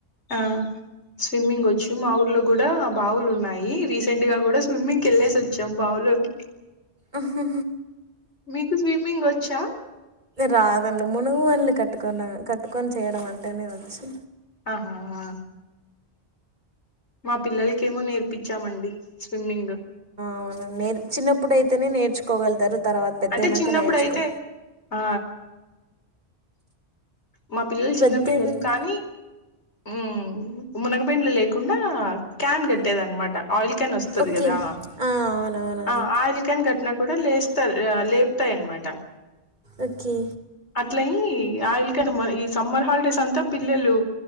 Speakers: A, on the left; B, on the right.
A: ఆ స్విమ్మింగ్ వచ్చు మా ఊర్లో కూడా బావులు ఉన్నాయి రీసెంట్ గా కూడా స్విమ్మింగ్కికేల్లేసి వచ్చాం బావు లోకి
B: ఆహా హా
A: మీకు స్విమ్మింగ్ వచ్చా
B: రాదండి మునుగు వనులు కట్టుకని కట్టుకొని చేయడం అంటేనే వచ్చు
A: ఆహా హా మా పిల్లలకేమో నేర్పించామండి స్విమ్మింగు
B: అవున నేర్ చిన్నప్పుడైతేనే నేర్చుకోగలుతారు తర్వాత పెద్దైంనక
A: అంటే చిన్నప్పుడు
B: నేర్చుకో
A: అయితే ఆ మా పిల్లొల్లు చిన్నపిల్లలు
B: పెద్ద అయినాక
A: కానీ ఊ మునగబెండ్లు లేకుండా క్యాన్ గట్టేదనమాట ఆయిల్ క్యానొస్తది
B: ఓకే
A: గదా
B: ఆ, అవునవునండి
A: ఆ ఆయిల్ క్యాన్ కట్న కుడా లేస్తాది ఆ లేప్త్తాయ్ అన్నమాట
B: ఒకే
A: అట్లయ్యి ఆయిల్ ఇక్కడ మన ఈ సమ్మర్ హాలిడేసంతా పిల్లలు